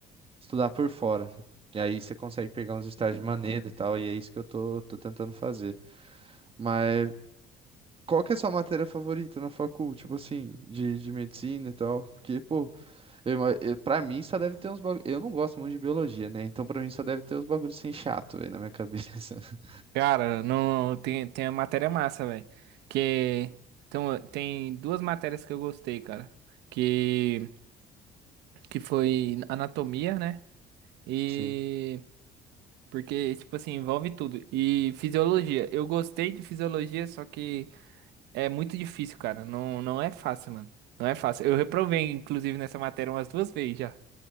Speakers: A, on the right; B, on the right.
A: estudar por fora. E aí você consegue pegar uns estágios maneiros e tal, e é isso que eu tô, tô tentando fazer. Mas Qual que é a sua matéria favorita na facul? Tipo assim, de, de medicina e tal. Porque, pô, eu, ima- eu, pra mim só deve ter uns bagulho. Eu não gosto muito de biologia, né? Então pra mim só deve ter uns bagulhos assim chato, velho, na minha cabeça. <laughs>
B: Cara, não, tem, tem a matéria massa, velho. Que então, tem duas matérias que eu gostei, cara. Que, que foi anatomia, né? E.
A: Sim.
B: Porque, tipo assim, envolve tudo. E fisiologia. Eu gostei de fisiologia, só que. É muito difícil, cara. Não, não é fácil, mano. Não é fácil. Eu reprovei, inclusive, nessa matéria umas duas vezes já.